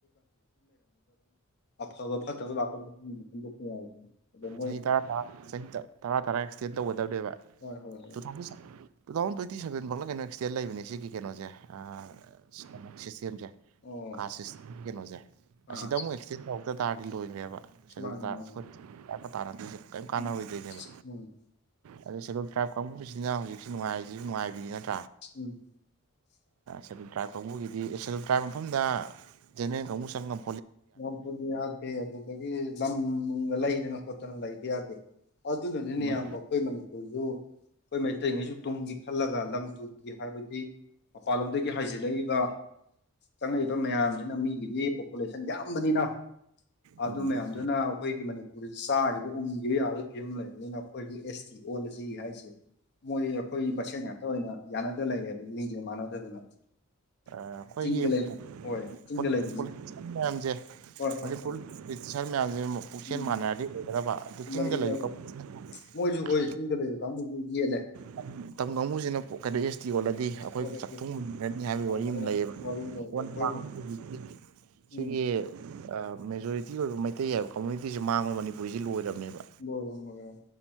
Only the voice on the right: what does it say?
ꯆꯍꯤ ꯇꯔꯥ ꯇꯔꯥ ꯆꯍꯤ ꯇ ꯇꯔꯥ ꯇꯔꯥ ꯑꯦꯛꯁꯇꯦꯟ ꯇꯧꯒꯗꯝꯅꯦꯕ
ꯇꯨ ꯊꯥꯎꯖꯟ ꯁꯞ ꯇꯨ ꯊꯥꯎꯖꯟ ꯇ꯭ꯋꯦꯟꯇꯤ ꯁꯚꯦꯟ ꯕꯥꯎꯂ ꯀꯩꯅꯣ ꯑꯦꯛꯁꯗꯦꯟ ꯂꯩꯕꯅꯦ ꯁꯤꯒꯤ ꯀꯩꯅꯣꯁꯦ ꯑꯥ ꯁꯤꯁꯇꯦꯝꯁꯦ
ꯀꯥꯁ ꯁꯤꯁ ꯀꯩꯅꯣꯁꯦ
ꯑꯁꯤꯗ ꯑꯃꯨꯛ ꯑꯦꯛꯁꯇꯦꯟ ꯇꯧ ꯇ ꯇꯥꯔꯗꯤ ꯂꯣꯏꯔꯦꯕ ꯁꯦꯗꯨꯜ
ꯇꯔꯥꯏꯚ
ꯎꯝ ꯃꯌꯥꯝꯅ ꯇꯥꯅꯗꯣꯏꯁꯦ ꯀꯩꯝ ꯀꯥꯟꯅꯔꯣꯏ
ꯗꯣꯏꯅꯦꯕ
ꯑꯗꯣ ꯁꯦꯗꯨꯜ ꯇ꯭ꯔꯥꯏꯕ ꯀꯥꯡꯕꯨꯁꯤꯅ ꯍꯧꯖꯤꯛꯁꯤ ꯅꯨꯡꯉꯥꯏꯔꯤꯁꯤꯕꯨ ꯅꯨꯡꯉꯥꯏꯕꯤꯅꯤ ꯅꯠ
ꯁꯦꯗꯨꯜ ꯇ꯭ꯔꯥꯏꯞ ꯀꯥꯡꯕꯨꯒꯤꯗꯤ ꯑꯦ ꯁꯦꯜꯗꯨꯜ ꯇ꯭ꯔꯥꯏꯞ ꯃꯐꯝꯗ ꯖꯦꯅꯦꯔꯦꯟ ꯀꯥꯡꯕꯨ ꯆꯪꯉꯝ
ꯃꯣꯏ
ꯎꯝ
ꯑꯩꯈꯣꯏꯒꯤ
<unintelligible>
ꯃꯌꯥꯝꯁꯦ
ꯃꯅꯤꯄꯨꯔ
ꯑꯣꯐꯤꯁꯔ ꯃꯌꯥꯝꯁꯦ ꯄꯨꯛꯆꯦꯟ
ꯃꯥꯟꯅꯔꯗꯤ ꯑꯣꯏꯒꯗꯕ ꯑꯗꯨ ꯆꯤꯡꯗ
ꯂꯩꯕꯅ <unintelligible>
ꯃꯇꯝ ꯀꯥꯡꯕꯨꯁꯤꯅ ꯀꯩꯅꯣ ꯑꯦꯁ ꯇꯤ ꯑꯣꯅꯗꯤ ꯑꯩꯈꯣꯏꯕꯨ
ꯆꯥꯛꯊꯨꯡ ꯃꯨꯟꯒ꯭ꯔꯅꯤ ꯍꯥꯏꯕꯒꯤ
ꯋꯥꯔꯤ ꯑꯃ ꯂꯩꯌꯦꯕ
<unintelligible>
ꯁꯤꯒꯤ
ꯑꯥ ꯃꯦꯖꯣꯔꯤꯇꯤ ꯑꯣꯏꯕ ꯃꯩꯇꯩ ꯍꯥꯏꯕ ꯀꯝꯃꯨꯅꯤꯇꯤꯁꯤ ꯃꯥꯡꯕꯗ ꯃꯅꯤꯄꯨꯔꯁꯤ ꯂꯣꯏꯔꯕꯅꯤ ꯅꯦꯕ